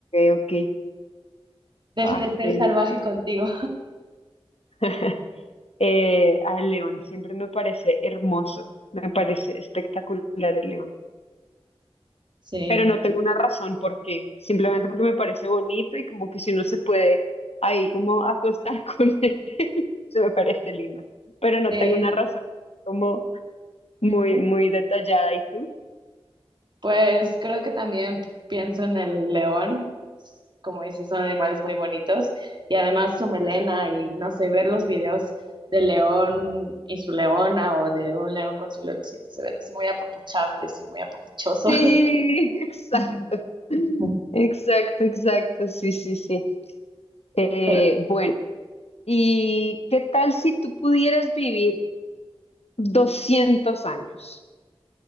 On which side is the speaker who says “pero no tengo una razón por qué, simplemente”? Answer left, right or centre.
Left